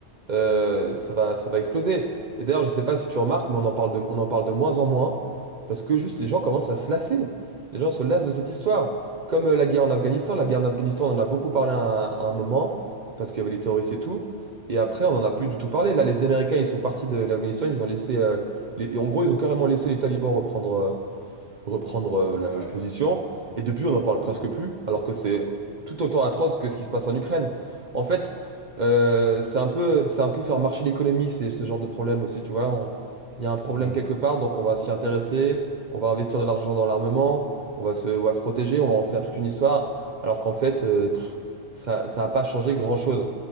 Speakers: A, on the right; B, on the left.
A: euh, ça va, ça va exploser. Et d'ailleurs, je sais pas si tu remarques, mais on en parle de, on en parle de moins en moins parce que juste les gens commencent à se lasser. Les gens se lassent de cette histoire. Comme euh, la guerre en Afghanistan. La guerre en Afghanistan, on en a beaucoup parlé à, un à un moment parce qu'il y avait les terroristes et tout. Et après, on n'en a plus du tout parlé. Là, les Américains, ils sont partis de l'Afghanistan. Ils ont laissé, euh, les- en gros, ils ont carrément laissé les talibans reprendre. euh, reprendre euh,
B: Ouais,
A: la,
B: ouais.
A: position. Et depuis, on n'en parle presque plus, alors que c'est tout autant atroce que ce qui se passe en Ukraine. En fait, euh, c'est un peu, c'est un peu faire marcher l'économie, c'est ce genre de problème aussi, tu vois. On- Il y a un problème
B: Mm.
A: quelque part, donc on va s'y intéresser, on va investir de l'argent dans l'armement, on va se, on va se protéger, on va en faire toute une histoire, alors qu'en fait, euh, pff, ça, ça n'a pas changé grand-chose.